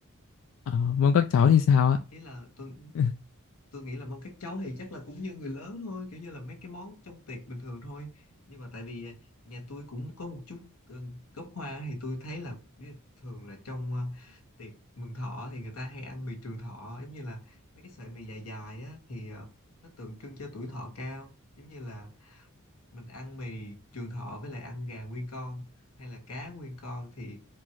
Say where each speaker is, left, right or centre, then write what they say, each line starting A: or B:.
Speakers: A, on the left; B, on the left.
A: ở mâm các cháu thì sao á
B: ý là tôi
A: <laughs>
B: tôi nghĩ là mong các cháu thì chắc là cũng như người lớn thôi kiểu như là mấy cái món trong tiệc bình thường thôi nhưng mà tại vì à, nhà tôi cũng có một chút ờ, gốc Hoa thì tôi thấy là ví- thường là trong ờ, tiệc mừng thọ thì người ta hay ăn mì trường thọ giống như là mấy cái sợi mì dài dài á thì ờ, nó tượng trưng cho tuổi thọ cao giống như là mình ăn mì trường thọ với lại ăn gà nguyên con hay là cá nguyên con thì